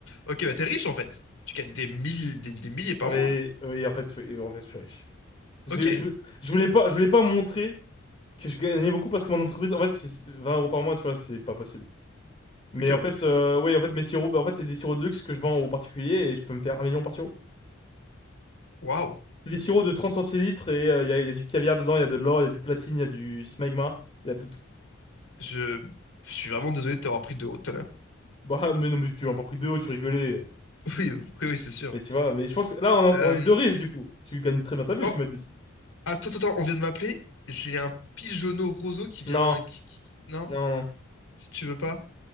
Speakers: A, on the left; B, on the left.
A: Ok, bah, t'es riche en fait. Tu gagnes des milliers, des, des milliers par
B: Oui,
A: mois.
B: oui, en fait, oui, en fait, je suis riche. Je,
A: Ok,
B: je, je voulais pas, je voulais pas montrer que je gagnais beaucoup parce que mon entreprise, en fait, c'est 20 euros par mois, tu vois, c'est pas possible. Mais
A: ok,
B: en
A: ouais.
B: fait, euh, oui, en fait, mes sirops, bah, en fait, c'est des sirops de luxe que je vends aux particuliers et je peux me faire un million par sirop.
A: Waouh.
B: C'est des sirops de 30 centilitres et euh, il y a, y a du caviar dedans, il y a de l'or, il y a du platine, il y a du smegma, il y a de tout.
A: Je... je suis vraiment désolé de t'avoir pris de haut tout à l'heure.
B: Bah, <laughs> mais non, mais tu m'as pas pris deux hauts, tu rigolais.
A: <laughs> Oui, oui, oui, c'est sûr.
B: Mais tu vois, mais je pense que là, on, en-
A: Euh...
B: on est deux riches, du coup. Tu gagnes très bien ta vie,
A: oh,
B: tu m'as dit.
A: Attends, attends, attends, on vient de m'appeler. J'ai un pigeonneau roseau qui vient.
B: Non,
A: Qui, qui- qui- Non,
B: non, non.
A: si tu veux pas.